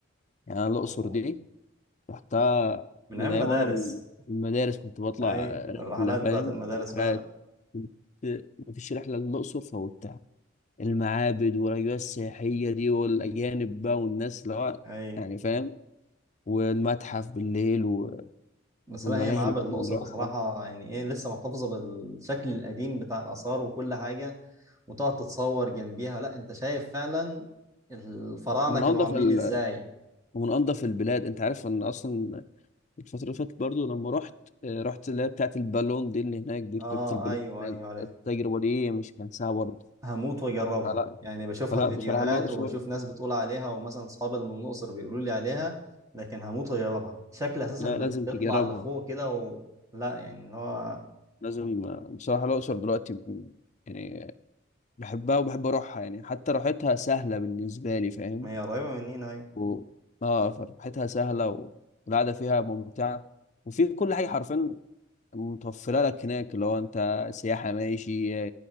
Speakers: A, on the left; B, on the right.
A: يعني انا الاقصر
B: أوه.
A: دي رحتها
B: من
A: من
B: ايام
A: ايام
B: مدارس
A: وانا من المدارس كنت بطلع
B: ايوه
A: رحله
B: الرحلات
A: فاهم
B: بتاعت المدارس
A: الرحلات
B: فعلا
A: كنت مفيش رحله للاقصر فوتها المعابد والاجواء السياحيه دي والاجانب بقى والناس اللي هو
B: ايوه
A: يعني فاهم والمتحف بالليل و-
B: بس
A: والملاهي
B: لا هي معابد
A: اللي كنا
B: الاقصر
A: بنروحها
B: بصراحه يعني ايه لسه محتفظه بالشكل القديم بتاع الاثار وكل حاجه وتقعد تتصور جنبيها لا انت شايف فعلا الفراعنة
A: من
B: كانوا
A: انضف
B: عاملين
A: ال...
B: ازاي
A: ومن انضف البلاد انت عارف ان اصلا الفتره اللي فاتت برضو لما رحت آه، رحت اللي هي بتاعت البالون دي اللي هناك دي ركبت
B: اه
A: البالون
B: ايوه
A: هناك.
B: ايوه عارف
A: التجربه دي مش هنساها برضه
B: هموت واجربها
A: فلا
B: يعني بشوفها
A: فلا
B: فيديوهات
A: بصراحه الاقصر
B: وبشوف ناس بتقول عليها ومثلا صحابي من الاقصر بيقولوا لي عليها لكن هموت واجربها شكل اساسا
A: لا
B: انك
A: لازم
B: تطلع
A: تجربها
B: لفوق كده و... لا يعني اللي هو
A: لازم آه، بصراحه الاقصر دلوقتي يعني بحبها وبحب اروحها يعني حتى راحتها سهله بالنسبه لي فاهم
B: ما هي قريبة مننا ايوه
A: و... اه فرحتها سهله و- والقعده فيها ممتعه وفي كل حاجه حرفيا متوفره لك هناك لو انت سياحه ماشي